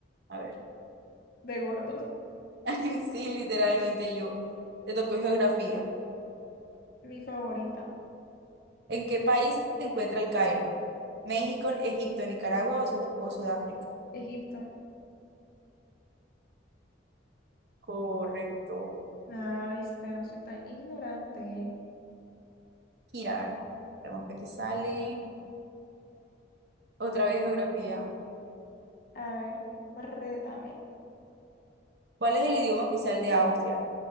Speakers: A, on the right (about 55°); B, on the left (about 50°).
A: A ver,
B: de gordos.
A: <laughs> sí, literalmente yo. Le tocó geografía.
B: Mi favorita,
A: ¿En qué país se encuentra el Cairo? ¿México, Egipto, Nicaragua o, Sud- o Sudáfrica?
B: Egipto.
A: Correcto.
B: Ah, viste, no soy tan ignorante.
A: Girar. Vemos que te sale. Otra vez geografía.
B: A ver, rétame.
A: ¿Cuál es el idioma oficial de Austria?